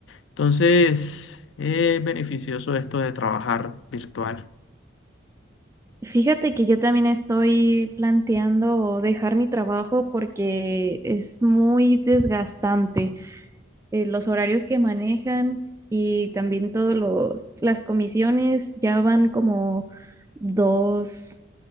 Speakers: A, on the left; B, on the right.
A: Entonces, es beneficioso esto de trabajar virtual.
B: Fíjate que yo también estoy planteando dejar mi trabajo porque es muy desgastante. eh, los horarios que manejan y también todos los, las comisiones ya van como dos,